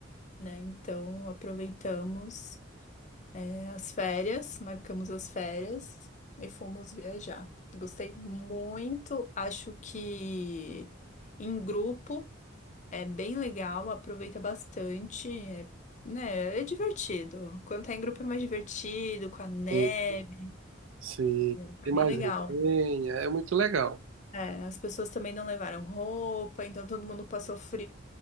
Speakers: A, on the left; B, on the right.
A: né? Então aproveitamos, é, as férias, marcamos as férias e fomos viajar. Gostei muito, acho que em grupo é bem legal, aproveita bastante, é, né? É divertido. Quando tá em grupo é mais divertido, com a neve,
B: Sim, sim.
A: foi
B: Tem
A: bem
B: mais
A: legal.
B: resenha, é muito legal.
A: É, as pessoas também não levaram roupa, então todo mundo passou frio.